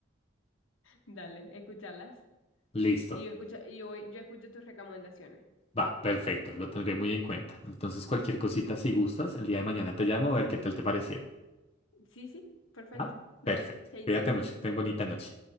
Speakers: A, on the left; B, on the left.
A: Dale, escúchalas.
B: Listo.
A: Y yo escucho, y yo, yo escucho tus recomendaciones.
B: Va, perfecto, lo tendré muy en cuenta. Entonces, cualquier cosita, si gustas, el día de mañana te llamo a ver qué tal te parecieron.
A: Sí, sí, perfecto.
B: ¿Va?
A: Dale,
B: Perfecto.
A: chaito.
B: Cuídate mucho. Ten bonita noche.